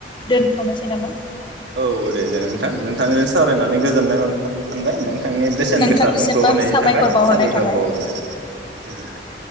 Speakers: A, on the left; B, on the right.
A: दोन्थनोसै नामा?
B: औ दे दे नोंथां नोंथांजों सावरायनानै गोजोननाय मोनबाय नों थांनि बेसेन
A: नोंथांनिसिमबो
B: गोसा समखौ होनायनि
A: साबायखर
B: थाखाय
A: बावहरनाय
B: साबायखर
A: थाबाय।
B: बावहरबाय गोजोनथों।